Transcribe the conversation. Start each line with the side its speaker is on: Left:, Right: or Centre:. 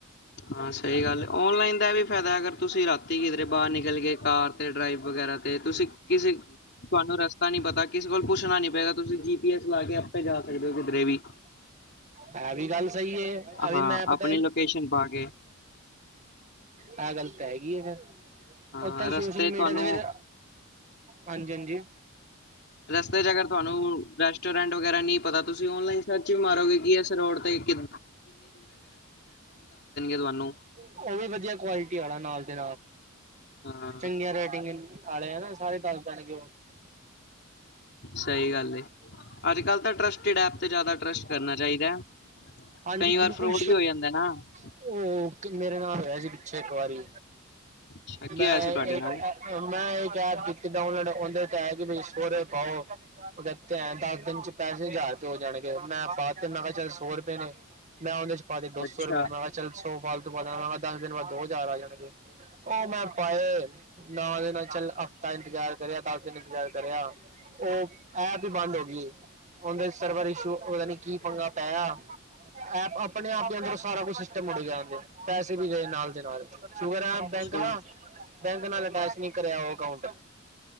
Left: ਹਾਂ ਸਹੀ ਗੱਲ ਔਨਲਾਈਨ ਦਾ ਵੀ ਫਾਇਦਾ ਅਗਰ ਤੁਸੀਂ ਰਾਤੀ ਕਿਧਰੇ ਬਾਹਰ ਨਿਕਲ ਗਏ ਕਾਰ ਤੇ ਡਰਾਈਵ ਵਗੈਰਾ ਤੇ ਤੁਸੀਂ ਕਿਸੇ ਤੁਹਾਨੂੰ ਰਸਤਾ ਨੀ ਪਤਾ ਕਿਸੇ ਕੋਲ ਪੁੱਛਣਾ ਨੀ ਪਏਗਾ ਤੁਸੀਂ ਜੀ ਪੀ ਐਸ ਲਾ ਕੇ ਆਪੇ ਜਾ ਸਕਦੇ ਹੋ ਕਿਧਰੇ ਵੀ
Right: ਹੈ ਵੀ ਗੱਲ ਸਹੀ ਹੈ ਅਭੀ
Left: ਹਾਂ
Right: ਮੈਂ
Left: ਆਪਣੀ
Right: ਪਤਾ
Left: ਲੋਕੇਸ਼ਨ ਪਾ ਕੇ
Right: ਆਹ ਗੱਲ ਤਾਂ ਹੈਗੀ ਹੈ ਫਿਰ
Left: ਹਾਂ
Right: ਓ ਤਾਂ
Left: ਰਸਤੇ
Right: ਸੋਸ਼ਲ ਮੀਡੀਆ
Left: ਤੁਹਾਨੂੰ
Right: ਤੇ ਫਿਰ ਹਾਂਜੀ ਹਾਂਜੀ
Left: ਰਸ ਤੇੇਗਰ ਤੁਹਾਨੂੰ ਰੈਸਟੋਰੈਂਟ ਵਗੈਰਾ ਨਹੀਂ ਪਤਾ ਤੁਸੀਂ ਓਨਲਾਈਨ ਸਰਚ ਮਾਰੋਗੇ ਕਿ ਇਸ ਰੋਡ ਤੇ ਕਿੱ ਤੁਹਾਨੂੰ
Right: ਉਹ ਵੀ ਵਧੀਆ ਕੁਆਲਿਟੀ ਵਾਲਾ ਨਾਲ ਦੇ
Left: ਹਾਂ
Right: ਚੰਗੀਆਂ ਰੇਟਿੰਗ ਆੇ ਆ ਨਾ ਸਾਰੇ ਤਾਲ ਪਾਣ ਗ
Left: ਸਹੀ ਗੱਲ ਅੱਜ ਕਲ ਤਾਂ ਟਸਟਡ ਐ ਤੇ ਜ਼ਿਆਦਾ ਟਰੱਸਟ ਕਰਨਾ ਚਾਹੀਦਾ ਹੈ
Right: ਹਾਂਜੀ
Left: ਕਈ ਵਾਰ
Right: ਬਿਲਕੁਲ
Left: ਫਰੋਡ ਵੀ ਹੋ ਜਾਂਦਾ ਨਾ ਅੱਛਾ,
Right: ਉਹ ਮੇਰੇ ਨਾਲ ਹੋਇਆ ਸੀ ਪਿੱਛੇ ਇੱਕ ਵਾਰੀ
Left: <inaudible> ਕੀ
Right: ਮੈਂ
Left: ਹੋਇਆ ਸੀ ਤੁਹਾਡੇ
Right: ਇੱਕ
Left: ਨਾਲ?
Right: ਮੈਂ ਇੱਕ ਐਪ ਦਾ ਉਹਨਾਂ ਨੇ ਉਹਦੇ ਚ ਆਇਆ ਕਿ ਸੋਹਰੇ ਪਾਓ ਉਹ ਦਿੱਤੇ ਹੈ ਦਸ ਦਿਨ ਚ ਪੈਸੇ ਜਾ ਹੋ ਜਾਣਗੇ ਮੈਂ ਪਾ ਤੇ ਮੈਂ ਕਿਹਾ ਚੱਲ ਸੌ ਰੁਪਏ ਨੇ ਮੈਂ ਉਹਦੇ ਪਾ ਦੋ
Left: ਅੱਛਾ
Right: ਸੌ ਰੁਪਏ ਮੈਂ ਕਿਹਾ ਚੱਲ ਸੋ ਫਾਲਤੂ ਪਤਾ ਮੈਂ ਕਿਹਾ ਦਸ ਦਿਨ ਬਾਅਦ ਦੋ ਹਜ਼ਾਰ ਆ ਜਾਣਗੇ ਉਹ ਮੈਂ ਪਾਏ ਨਾ ਦੇ ਨਾਲ ਚੱਲ ਹਫ਼ਤਾ ਇੰਤਜ਼ਾਰ ਕਰਿਆ ਦਸ ਦਿਨ ਇੰਤਜ਼ਾਰ ਕਰਿਆ ਉਹ ਐ ਬੰਦ ਹੋ ਗਈ ਉਹਦੇ ਸਰਵਰ ਇਸ਼ੂ ਉਹਤਾ ਨੀ ਕੀ ਪੰਗਾ ਪੈਆ ਆਪ ਆਪਣੇ ਆਪ ਹੀ ਅੰਦਰ ਸਾਰਾ ਕੁੱਛ ਸਿਸਟਮ ਉੜ ਗਿਆਦੇ ਪੈਸੇ ਵੀ ਗਏ ਨਾਲ ਦੇ ਨਾਲ ਸ਼ੂਗਰ ਐਪ
Left: ਅੱਛਾ,
Right: ਬੈਂਕ ਨਾਲ ਬੈਂਕ ਨਾਲ ਅਟੈਚ ਨੀ ਕਰਿਆ ਉਹ ਅਕਾਊਂਟ